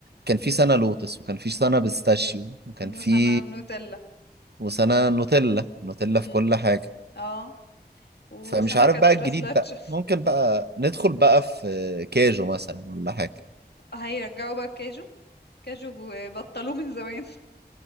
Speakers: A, on the right; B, on the left.
A: كان في سنة لوتس وكان في سنة بيستاشيو وكان في
B: سنة نوتيلا
A: وسنة نوتيلا نوتيلا
B: امم
A: في كل حاجة
B: اه وسنة
A: فمش عارف
B: كانت
A: بقى الجديد
B: راسلاتش
A: بقى ممكن بقى ندخل بقى في كاجو مثلا ولا حاجة
B: <laughs> هيرجعوا بقى الكاجو كاجو بطلوه من زمان